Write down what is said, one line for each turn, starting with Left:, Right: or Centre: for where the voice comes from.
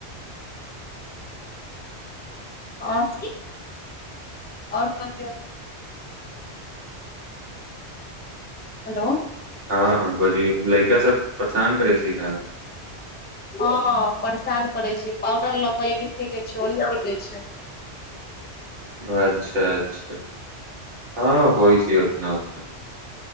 Left: और, और कहियौ। हेलो।
Right: हँ हँ बजै छियै, लड़िका सब परेशान करै छै ना।
Left: हॅं परेशान करय छै, पाउडर लऽके एनी फेकय छै ओनी फेकय छै।
Right: अच्छा-अच्छा, हँ होइ छै ओतना-ओतना